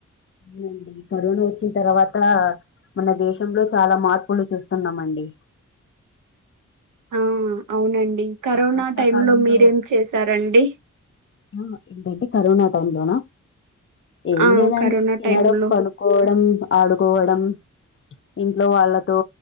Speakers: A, on the left; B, on the right.
A: అవును అండి కరోనా వ వచ్చిన తర్వాత మన దేశంలో చాలా మార్పులు చూస్తున్నాము అండి
B: ఆ అవునండి కరోనా
A: వర్షాకాలంలో
B: టై లో మీరేం చేశారండి
A: ఆ ఏంటంటే కరోనా టై లోనా ఏం
B: ఆ
A: లేదండి
B: కరోనా
A: తినడం
B: టైమ్ లో
A: పనుకోవడం ఆడుకోవడం ఇంట్లో వాళ్ళతో